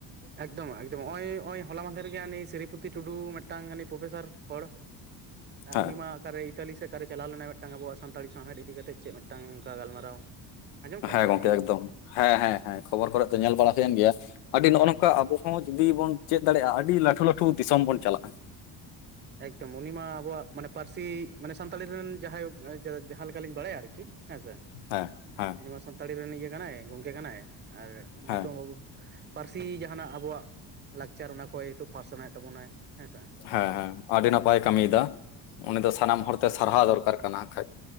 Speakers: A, on the right; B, on the left.
A: ᱮᱠᱫᱚᱢ ᱮᱠᱫᱚᱢ ᱱᱚᱜ-ᱚᱭ, ᱱᱚᱜ-ᱚᱭ ᱦᱚᱞᱟ ᱢᱟᱦᱫᱮᱨ ᱜᱮᱭᱟ ᱥᱤᱨᱨᱤᱯᱚᱛᱤ ᱴᱩᱰᱩ, ᱢᱤᱫᱴᱟᱝᱤ ᱯᱨᱚᱯᱷᱮᱥᱟᱨ ᱦᱚᱲ <inaudible> ᱟᱨ
B: ᱦᱮᱸ
A: ᱩᱱᱤ ᱢᱟ ᱚᱠᱟᱨᱮ ᱤᱛᱟᱞᱤ ᱥᱮᱫ ᱚᱠᱮ ᱪᱟᱞᱟᱣ ᱞᱮᱱᱟ ᱢᱤᱫᱴᱟᱝ ᱟᱵᱚᱣᱟᱜ ᱥᱟᱱᱛᱟᱲ ᱥᱟᱶᱦᱮᱫ ᱤᱫᱤ ᱠᱟᱛᱮᱫ ᱪᱮᱫ ᱢᱤᱫᱴᱟᱝ ᱚᱱᱠᱟ ᱜᱟᱞᱢᱟᱨᱟᱣ ᱟᱸᱡᱚᱢ ᱠᱟᱜ
B: ᱦᱮᱸ
A: ᱟᱢ ᱥᱮ
B: ᱜᱚᱝᱠᱮ
A: ᱵᱟᱝ
B: ᱮᱠᱫᱚᱢ, ᱦᱮᱸ ᱦᱮᱸ ᱦᱮᱸ ᱠᱷᱚᱵᱚᱨ ᱠᱚᱨᱮ ᱫᱚ ᱧᱮᱞ ᱵᱟᱲᱟ ᱦᱩᱭᱮᱱ ᱜᱮᱭᱟ, ᱟᱹᱰᱤ ᱱᱚᱜᱼᱚ ᱱᱚᱝᱠᱟ ᱟᱵᱚ ᱦᱚᱸ ᱡᱩᱫᱤ ᱵᱚᱱ ᱪᱮᱫ ᱫᱟᱲᱮᱭᱟᱜᱼᱟ ᱟᱹᱰᱤ ᱞᱟᱹᱴᱷᱩ ᱞᱟᱹᱴᱷᱩ ᱫᱤᱥᱚᱢ ᱵᱚᱱ ᱪᱟᱞᱟᱜᱼᱟ᱾
A: ᱮᱠᱫᱚᱢ ᱩᱱᱤ ᱢᱟ ᱟᱵᱚᱣᱟᱜ ᱢᱟᱱᱮ ᱯᱟᱹᱨᱥᱤ, ᱢᱟᱱᱮ ᱥᱟᱱᱛᱟᱲᱤ ᱨᱮᱱ ᱡᱟᱦᱟᱸᱭ ᱡᱟᱦᱟᱸ ᱞᱮᱠᱟᱞᱤᱧ ᱵᱟᱲᱟᱭᱟ ᱟᱨᱠᱤ, ᱦᱮᱸ ᱥᱮ
B: ᱦᱮᱸ ᱦᱮᱸ
A: ᱩᱱᱤ ᱢᱟ ᱥᱟᱱᱛᱟᱲᱤ ᱨᱮᱱ ᱤᱭᱟᱹ ᱠᱟᱱᱟᱭ ᱜᱚᱝᱠᱮ ᱠᱟᱱᱟᱭ ᱟᱨ ᱱᱤᱛᱚᱜ
B: ᱦᱮᱸ
A: ᱯᱟᱹᱨᱥᱤ ᱡᱟᱦᱟᱱᱟᱜ ᱟᱵᱚᱣᱟᱜ ᱞᱟᱠᱪᱟᱨ ᱚᱱᱟ ᱠᱚ ᱱᱤᱛᱳᱜ ᱯᱟᱥᱱᱟᱣᱮᱫ ᱛᱟᱵᱚᱱᱟᱭ ᱦᱮᱸᱥᱮ
B: ᱦᱮᱸ ᱟᱹᱰᱤ ᱱᱟᱯᱟᱭ ᱠᱟᱹᱢᱤᱭᱫᱟ, ᱩᱱᱤ ᱫᱚ ᱥᱟᱱᱟᱢ
A: ᱮᱠᱫᱚᱢ
B: ᱦᱚᱲᱛᱮ ᱥᱟᱨᱦᱟᱣ ᱫᱚᱨᱠᱟᱨ ᱠᱟᱱᱟ ᱠᱷᱟᱡ᱾